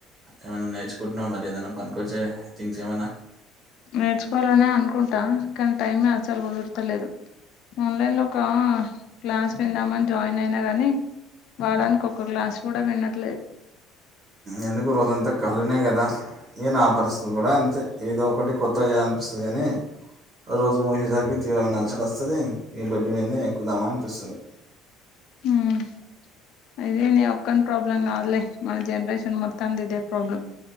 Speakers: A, on the right; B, on the left.
A: ఏమైనా నేర్చుకుంటున్నావ మరి ఏదన్న పనికొచ్చే థింగ్స్ ఏమైనా
B: నేర్చుకోవాలనే అనుకుంటా కానీ టైమే అసలు కుదుర్తలేదు ఆన్లైన్ లో ఒక క్లాస్ విందామని జాయిన్ అయినా గనీ వారానికి ఒక క్లాస్ కూడా వినట్లే
A: ఎందుకు రోజంతా కళనే కదా ఏ నా ఆ పరిస్థితి కూడా అంతే ఏదో ఒకటి కొత్త చే అనిపిస్తది కానీ రోజు మూసేసరికి తీవ్రంగా నలసడ వస్తది ఈ బెడ్ మీదనే ఎక్కుదామనిపిస్తుంది
B: ఉహ్ ఇది నీ ఒక్కన్ ప్రాబ్లం కద్ లే మన జనరేషన్ మొత్తం ఇదే ప్రాబ్లం